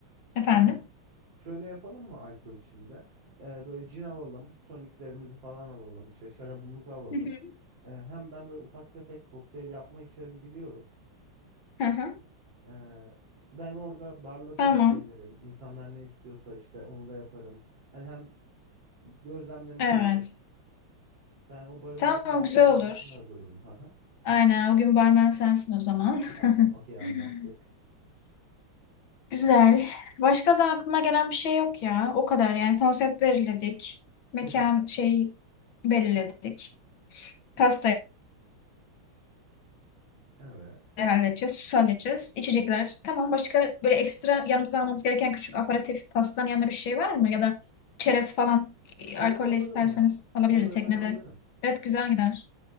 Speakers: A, on the left; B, on the right.
A: efendim.
B: Hı hı. Şöyle yapalım mı alkol işinde? Ee, böyle cin alalım, toniklerimizi falan alalım, işte şarabımızı alalım.
A: Hı hı.
B: Ee, hem ben böyle ufak tefek kokteyl yapma işlerini biliyorum.
A: Hı hı.
B: Ee, ben orada barla
A: Tamam.
B: da ilgilenirim. İnsanlar ne istiyorsa işte onu da yaparım. Hani hem gözlemlemiş
A: Evet.
B: oluruz. Ben o barın
A: Tamam
B: başında, alkollerin
A: güzel olur.
B: başında da dururum. Ha
A: Aynen o gün barmen sensin o zaman.
B: Tamam, okey
A: <laughs>
B: anlaştık.
A: Güzel. Başka da aklıma gelen bir şey yok ya. O kadar yani konsept belirledik. Mekan
B: <laughs>
A: şey belirledik. Pastayı
B: Evet.
A: halledeceğiz, süsü halledeceğiz, içecekler. Tamam başka böyle ekstra yanımıza almamız gereken küçük aperatif pastanın yanında bir şey var mı? Ya da çerez falan e,
B: Çerez
A: alkolle
B: alırım
A: isterseniz
B: ya.
A: alabiliriz
B: Onları
A: teknede.
B: ben alırım.
A: Evet güzel gider.